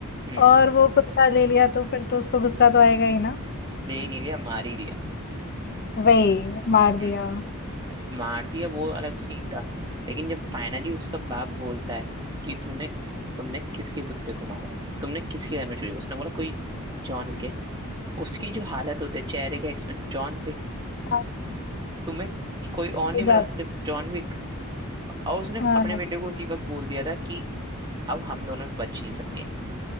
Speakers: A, on the right; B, on the left.
A: हम्म
B: और वो कुत्ता ले लिया तो फिर तो उसको गुस्सा तो आएगा ही ना
A: दे ही नहीं लिया मार ही दिया
B: वही मार
A: हम्म।
B: दिया
A: मार दिया वो अलग सीन था लेकिन जब फाइनली उसका बाप बोलता है कि तूने तुमने किसके कुत्ते को मारा है तुमने किसके घर में चोरी उसने बोला कोई जॉन विक है उसकी जो हालत होती है चेहरे के एक्सप्रेशन जॉन विक
B: हाँ,
A: तुम्हें कोई और नहीं
B: हो
A: मिला
B: जाता
A: सिर्फ जॉन विक और उसने
B: हाँ,
A: अपने बेटे को उसी वक्त बोल दिया था कि अब हम दोनों में बच नहीं सकते